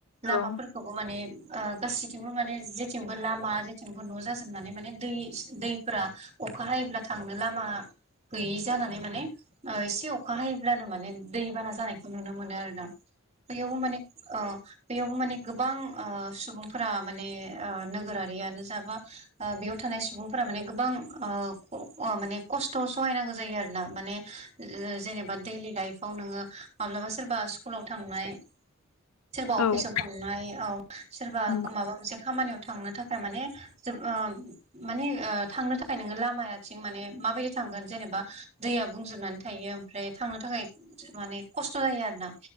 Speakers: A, on the right (about 30°); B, on the left (about 80°).
A: लामाफोरखौबो
B: औ
A: माने ओ गासैथिंबो माने जेथिंबो लामा जेथिंबो न' जाजोबनानै माने दै-दैफोरा अखा हायोब्ला थांनो लामा गैयि जानानै माने ओ एसे अखा हायोब्लानो माने दैबाना जानायखौ नुनो मोनो आरो ना बैयावबो माने औ बैयावबो माने गोबां ओ सुबुंफोरा माने ओ नोगोरारियानो जाबा ओ बेयाव थानाय सुबुंफोरा माने गोबां ओ ख ओ माने खस्थ' सहायनांगौ जायो आरो ना माने जे-जेनेबा दैलि लाइफाव नोंङो माब्लाबा सोरबा स्कुलाव थांनाय सोरबा
B: औ
A: अफिसाव थांनाय औ सोरबा
B: नंगौ
A: माबा मोनसे खामानियाव थांनो थाखाय माने जोब ओ माने ओ थांनो थाखाय नोंङो लामायाथिं माने माबायदि थांगोन जेनेबा दैया बुंजोबनानै थायो ओमफ्राय थांनो थाखाय माने खस्थ' जायो आरो ना